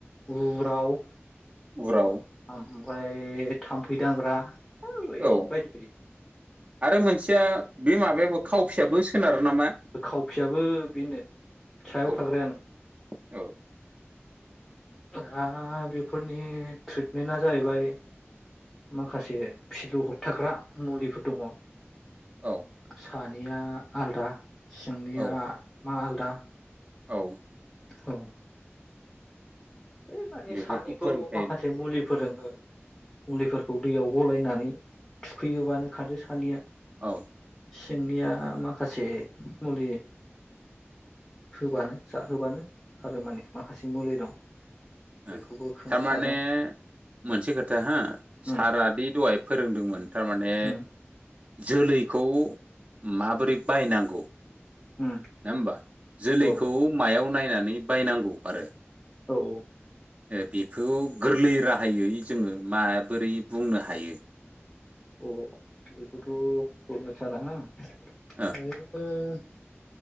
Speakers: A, on the left; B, on the right.
A: उराव।
B: उराव।
A: ओमफ्राय थाम्फै दांग्रा <unintelligible> बायदि
B: औ
A: बायदि।
B: आरो मोनसेया बे माबायाबो खावफियाबो सोनारो नामा?
A: खावफियाबो बेनो सायाव
B: औ
A: थाग्रायानो।
B: औ
A: दा बेफोरनि ट्रिटमेन्टआ जाहैबाय माखासे फिलौ होबथाग्रा मुलिफोर दङ।
B: औ
A: सानिया आलदा सिंनिया
B: औ
A: मा आलदा।
B: औ
A: औ है माने
B: बेफोरखौ
A: सानिखौ
B: फोरोंथाय
A: माखासे मुलिफोरजोंनो मुलिफोरखौ दैयाव गलायनानै थुखैयोबानो खारो सानिया।
B: औ
A: सिंनिया माखासे मुलि होबानो जाहोबानो खारो माने माखासे मुलि दं। बेखौबो
B: उम
A: खोन्थाखादों
B: थारमाने मोनसे खोथा हा सार
A: उम
B: रादि दहाय फोरोंदोंमोन थारमाने
A: उम
B: जोलैखौ माबोरै बायनांगौ
A: उम
B: नङा होमबा जोलैखौ
A: औ
B: मायाव नायनानै बायनांगौ आरो
A: औ औ
B: बेखौ गोरलै राहायै जोङो माबोरै बुंनो हायो
A: अ बेखौथ' बुंनो साना हा ओरैनोथ'
B: औ